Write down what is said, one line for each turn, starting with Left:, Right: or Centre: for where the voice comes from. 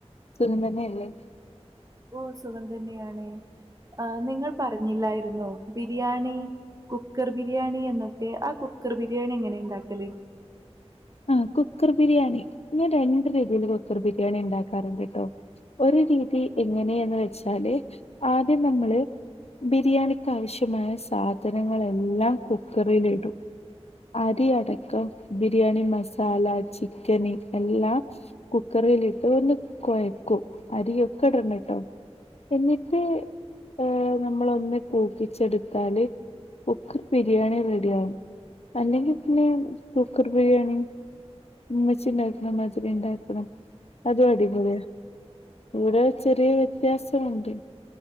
Left: സുഖം തന്നെയല്ലേ
Right: ഓഹ് സുഖം തന്നെയാണ് ആഹ് നിങ്ങൾ പറഞ്ഞില്ലായിരുന്നോ ബിരിയാണി കുക്കർ ബിരിയാണി എന്നൊക്കെ ആഹ് കുക്കർ ബിരിയാണി എങ്ങനെ ഇണ്ടാക്കല്
Left: ആ കുക്കർ ബിരിയാണി ഞാൻ രണ്ട് രീതിയില് കുക്കർ ബിരിയാണി ഇണ്ടാക്കാറ്ണ്ട് ട്ടോ ഒരു രീതി എങ്ങനെയെന്ന് വെച്ചാല് ആദ്യം നമ്മള് ബിരിയാണിക്കാവശ്യമായ സാധനങ്ങളെല്ലാം കുക്കറിലിടും അരിയടക്കം ബിരിയാണി മസാല ചിക്കന് എല്ലാം കുക്കറിലിട്ട് ഒന്ന് കൊയക്കും അരിയൊക്കടണട്ടോ എന്നിട്ട് ഏഹ് നമ്മളൊന്ന് കൂക്കിച്ചെടുത്താല് കുക്കർ ബിരിയാണി റെഡിയാവും അല്ലെങ്കി പിന്നെ കുക്കർ ബിരിയാണി ഉമ്മച്ചിണ്ടാക്ക്‌ണമാതിരിണ്ടാക്കണം അതും അടിപൊളിയാ ഇവിടെ ചെറിയ വ്യത്യാസവുണ്ട്